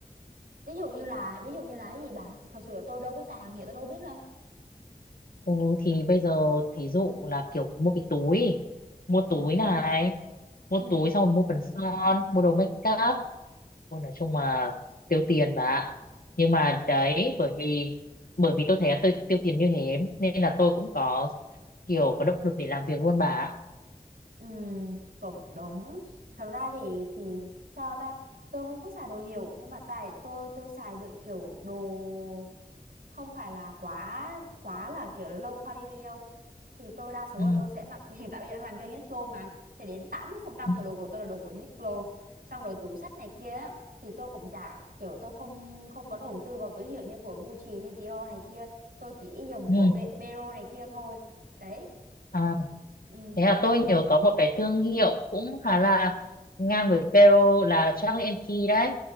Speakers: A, on the right (about 75°); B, on the left (about 70°).
A: ví dụ như là ví dụ như là cái gì bà? Thật sự là tôi đâu có xài hàng hiệu tôi đâu biết đâu.
B: Ồ thì bây giờ thí dụ là kiểu mua cái túi, mua
A: Ừ
B: túi này, mua
A: ừ
B: túi xong rồi mua phấn son, mua đồ make up, Ôi, nói chung là tiêu tiền bà ạ. nhưng mà đấy bởi vì bởi vì tôi thấy là tôi tiêu tiền như thế nên là tôi cũng có kiểu có động lực để làm việc luôn bà ạ.
A: Ừ, cũng đúng. Thật ra thì thì sao ta? Tôi không có xài đồ hiệu nhưng mà tại tôi tôi xài được kiểu đồ không phải là quá quá là kiểu low quality đâu. Thì tôi đa số
B: ừ.
A: là tôi sẽ mặc <laughs> hiện tại bây giờ đang làm cho Uniqlo mà thì đến tám mươi phần trăm
B: ừ,
A: từ đồ của tôi là đồ của Uniqlo. Xong rồi túi xách này kia á, thì tôi cũng chả kiểu tôi không không có đầu tư vào túi hiệu như của Gucci hay Dior này kia, tôi chỉ dùng
B: ừ.
A: của Be- Bero này kia thôi. Đấy.
B: À,
A: Ừ.
B: thế là tôi nhớ có một cái thương hiệu cũng khá là ngang với Pero là Charlie and Key đấy